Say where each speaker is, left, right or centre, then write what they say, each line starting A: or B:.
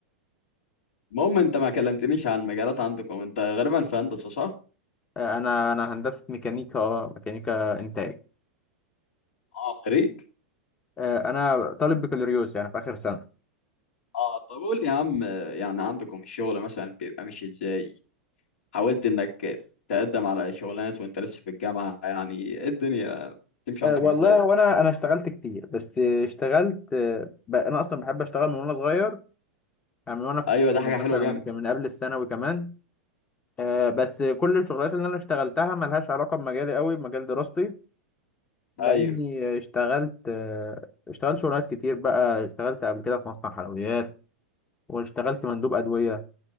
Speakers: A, on the left; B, on the left.
A: المهم انت ما كلمتنيش عن المجالات عندكم انت غالبا في هندسه صح؟
B: آه، انا انا هندسه ميكانيكا اه ميكانيكا انتاج
A: اه خريج
B: آه، انا طالب بكالوريوس يعني في اخر سنه
A: اه طب قول لي يا عم يعني عندكم الشغل مثلا بيبقى ماشي ازاي حاولت انك تقدم على شغلانات وانت لسه في الجامعة يعني إيه الدنيا تمشي
B: آه،
A: عندكم
B: والله
A: ازاي
B: وانا انا اشتغلت كتير بس اشتغلت آه، ب- انا اصلا بحب اشتغل من وانا صغير يعني من وانا في
A: ايوه
B: الثانوي
A: ده حاجة
B: مثلا
A: حلوة جامد
B: من من قبل الثانوي كمان آه، بس كل الشغلات اللي انا اشتغلتها ملهاش علاقه بمجالي قوي بمجال دراستي لاني
A: ايوه
B: اشتغلت آه، اشتغلت شغلات كتير بقى اشتغلت قبل كده في مصنع حلويات واشتغلت مندوب ادويه